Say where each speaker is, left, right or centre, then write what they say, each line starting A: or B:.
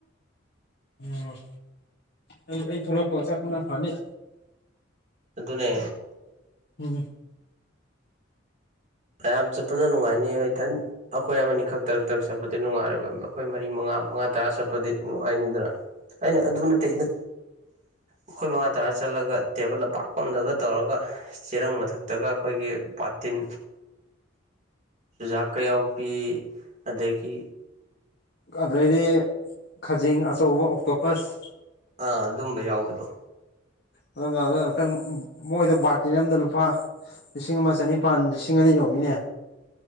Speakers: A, on the left; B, on the right.
A: ꯎꯝ ꯑꯩ ꯑꯩ ꯊꯣꯛꯂꯛꯄ ꯑ ꯆꯠꯄꯅ ꯐꯅꯤ
B: ꯑꯗꯨꯅꯦ
A: ꯎꯝ
B: ꯀꯌꯥꯝ ꯆꯠꯄꯅ ꯅꯨꯡꯉꯥꯏꯅꯤ ꯏꯊꯟ ꯑꯩꯈꯣꯏ ꯑꯃꯅꯤ ꯈꯛ ꯇꯔꯛ ꯇꯔꯛ ꯆꯠꯄꯗꯤ ꯅꯨꯡꯉꯥꯏꯕ ꯑꯩꯈꯣꯏ ꯃꯔꯤ ꯃꯉꯥ ꯃꯉꯥ ꯇꯔꯥ ꯆꯠꯄꯗꯤ ꯅꯨꯡꯉꯥꯏꯅꯤꯗꯅ ꯑꯩꯅ ꯑꯗꯨ ꯅꯠꯇꯦ ꯑꯩꯅ ꯑꯩꯈꯣꯏ ꯃꯉꯥ ꯇꯔꯥ ꯆꯠꯂꯒ ꯇꯦꯕꯜ ꯑꯄꯥꯛꯄꯝꯗꯒ ꯇꯧꯔꯒ ꯆꯦꯔꯪ ꯃꯊꯛꯇꯒ ꯑꯩꯈꯣꯏꯒꯤ ꯕꯥꯥꯇꯤꯟ ꯆꯖꯥꯛꯀ ꯌꯥꯎꯕꯤ ꯑꯗꯒꯤ
A: ꯑꯗꯩꯗꯤ ꯈꯖꯤꯡ ꯑꯆꯧꯕ ꯑꯣꯛꯇꯣꯄꯁ
B: ꯑꯥ ꯑꯗꯨꯝꯕ ꯌꯥꯎꯕꯗꯣ
A: ꯑꯗꯨ ꯉꯇꯪ ꯃꯣꯏꯗ ꯕꯥꯔꯇꯤꯟ ꯑꯃꯗ ꯂꯨꯄꯥ ꯂꯤꯁꯤꯡ ꯑꯃ ꯆꯅꯤꯄꯥꯥꯟ ꯂꯤꯁꯤꯡ ꯑꯅꯤ ꯌꯧꯤꯅꯦ